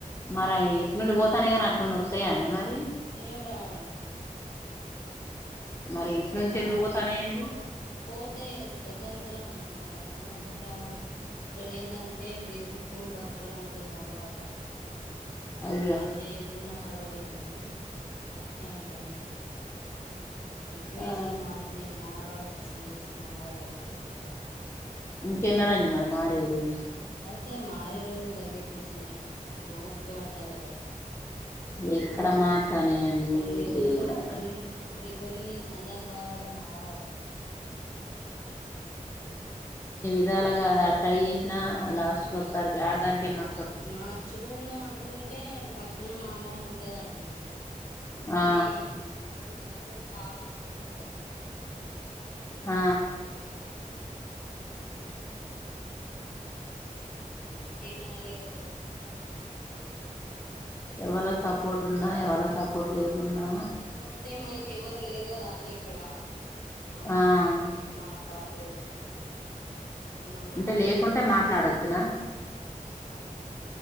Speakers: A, on the left (about 20°); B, on the left (about 80°).
A: మరై ఇట్నుండి పోతున్నాయి కానీ, అటునుండి వత్తయా అండి మరి?
B: ఏం రావండి మనకు.
A: మరి ఇట్నుంచి
B: గట్లా
A: ఎందుకు పోతానయండి?
B: పోతే స్వతంత్రం మనది ఏందనుకుంటానవ్, ఇక్కడ ఏందంటే, బెదిరించుకొని బతుకడం ఉంటది మగవాళ్ళది.
A: అయ్యో
B: పని చేయకున్న పర్వాలేదు కానీ, అట్నే ఉంటది. సిచ్యువేషన్
A: ఆ
B: మారిపోయినై. ఆడవాళ్ళు కష్టం చేసి మగవాళ్ళకు తెచ్చిపెట్టాలి.
A: ఇంకెన్నడండి మరి మారేది?
B: తే మారే రోజులు దగ్గరకి వచ్చినాయండి. కొంచెం ఓపిక పట్టాలి కదా.
A: ఎక్కడ
B: అన్
A: మారుతాన్నాయండి
B: కొన్ని రోజులు,
A: దేవుడా
B: కొన్ని కొన్ని కొన్ని సందర్భాలల మారాలి మ్
A: ఏదో అలాగ. ట్రై చేసినా లాస్ట్కొత్తారు గా, ఆడదానికె మ
B: మార్చుకుందాం అనుకుంటే, పక్కన మా అమ్మమ్మ ఉంటదండి. కానీ
A: ఆ
B: ఆమె సపోర్ట్ బాగుంటది వాళ్ళ మనవనికి.
A: ఆ
B: ఏమనలేకబోదు
A: ఎవళ సపోర్ట్ ఉన్నా, ఎవళ సపోర్ట్ లేకున్నా,
B: మ్ అంటే మనకి ఎవరు లేరు కదా అండి ఇక్కడ అమ్మానం
A: ఆ
B: మనం దోగోలు ఏమన్న
A: అంటే
B: అంటె
A: లేకుంటే
B: వెళ్ళిపోతది.
A: మాట్లాడొచ్చునా
B: అట్లాని